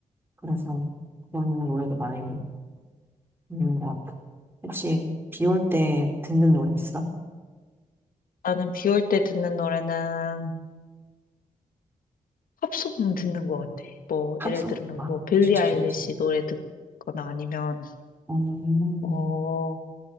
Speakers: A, on the right; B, on the left.
A: 그래서 그런 노래도 많이 있는 것 같아. 혹시 비올 때 듣는 노래 있어?
B: 나는 비올 때 듣는 노래는 팝송 듣는 거 같아. 뭐,
A: 팝송?
B: 예를 들면,
A: 아,
B: 뭐, 빌리
A: 좋지,
B: 아일리시
A: 좋지.
B: 노래 듣거나 아니면,
A: 어, 음,
B: 어,